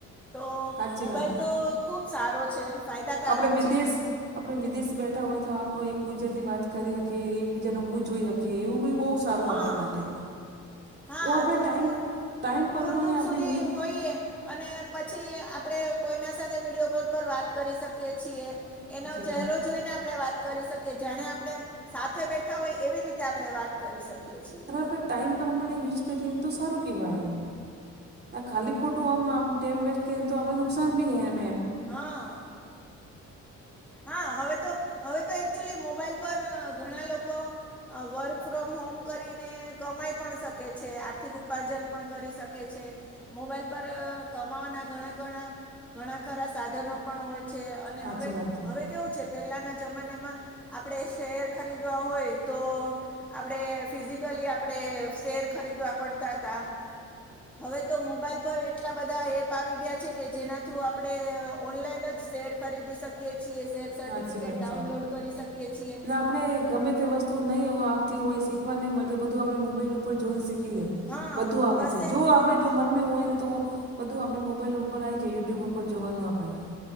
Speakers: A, in the centre; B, on the right.
A: તો
B: સાચી
A: મોબાઈલ
B: વાત છે.
A: તો ખૂબ સારો છે ફાયદાકારક
B: આપણે વિદેશ
A: છે
B: આપણે વિદેશ બેઠા હોય તો આપ એકબીજા થી વાત કરી શકીએ એકબીજા ન મુહ જોઈ શકીએ એવું સારું
A: હા
B: આપણે માટે
A: હા
B: ઓમેં આપણે
A: દૂર
B: ટાઈમ
A: દૂર
B: ટાઈમ પ્રમાણે
A: દૂર દૂર
B: આપણે
A: સુધી
B: યુઝ
A: હોઈએ અને પછી આપણે કોઈના સાથે વિડીયો કોલ પર વાત કરી શકીએ છીએ એનો
B: સાચી
A: ચહેરો
B: વાત
A: જોઈને આપણે વાત કરી શકીએ જાણે આપણે સાથે બેઠા હોય એવી રીતે આપણે વાત કરી શકીએ છીએ
B: બરાબાર ટાઈમ પ્રમાણે યુઝ કરીએ ને તો સારું કહેવાય આ ખાલી ખોટું આમ આપ ટાઈમ વેસ્ટ કરીને તો આપણ ને નુકસાન બી હૈ
A: હા હા હવે તો હવે તો એકચુલી મોબાઈલ પર ઘણા લોકો વર્ક ફ્રોમ હોમ કરીને કમાઈ પણ શકે છે આર્થિક ઉપાર્જન પણ કરી શકે છે મોબાઈલ પર કમાવાના ઘણા ઘણા ઘણા ખરા સાધનો પણ હોય છે અને
B: હાચી
A: હવે
B: વાત છે
A: હવે કેવું છે પેલાના જમાનામાં આપણેે શેર ખરીદવા હોય તો આપણેે ફિઝિકલી આપણેે શેર ખરીદવા પડતા હતા હવે તો મોબાઈલ પર એટલા બધા એપ આવી ગયા છે કે જેના થ્રુ આપણે ઓનલાઈન જ શેર ખરીદી શકીએ છીએ શેર સર્ટિફિકેટ
B: હાચી વાત
A: ડાઉનલોડ
B: છે.
A: કરી શકીએ છીએ
B: ને આપણે ગમે તે વસ્તુ નહીં આવતી હોય શીખવા નહીં મળતી બધું આપણે મોબાઈલ ઉપર જોઈને શીખી લે
A: હા
B: બધું આવે
A: કશે
B: છે જો આપણે
A: હા
B: જો મનમાં હોય ને તો બધું આપણે મોબાઈલ ઉપર આવી જાય યુટ્યુબ ઉપર જવાનું આપણે